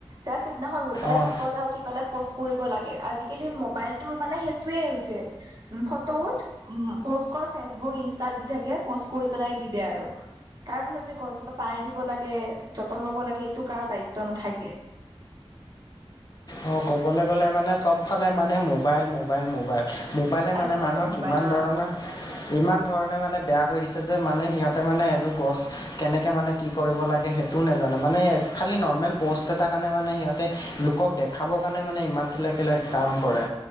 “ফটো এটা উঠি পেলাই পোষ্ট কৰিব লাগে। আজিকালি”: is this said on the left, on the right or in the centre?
Right